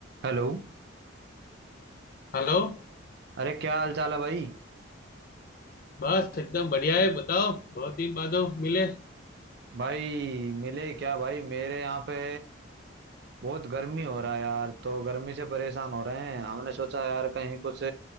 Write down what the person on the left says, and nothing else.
हेलो
बस एकदम बढ़िया है बताओ बहुत दिन बादो मिले